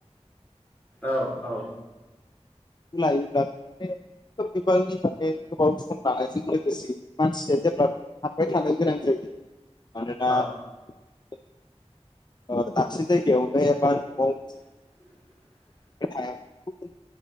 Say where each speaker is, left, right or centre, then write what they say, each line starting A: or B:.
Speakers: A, on the left (about 15°); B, on the left (about 40°).
A: औ-औ
B: बेखौ लायोब्लाबो खोब बिबांनि माने गोबाव सम लानायजों लोगोसे मानसिया जेब्ला हाबबाय थानो गोनां जायो मानोना
A: औ
B: <unintelligible> दाबसे जायगायावनो एबा न'आव
A: <inaudible>
B: <unintelligible>